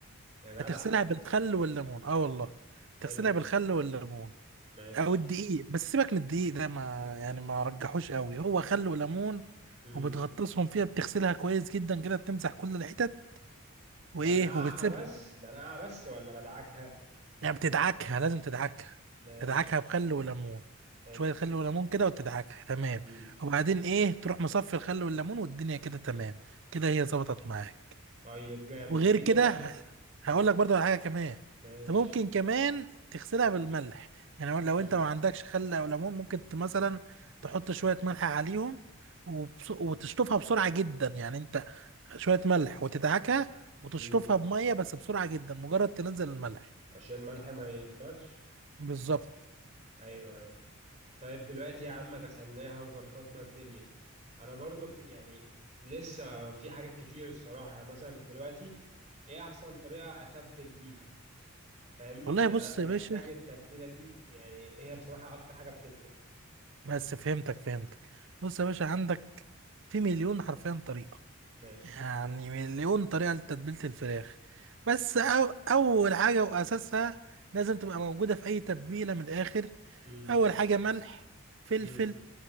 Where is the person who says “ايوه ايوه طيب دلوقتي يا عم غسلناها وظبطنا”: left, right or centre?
Right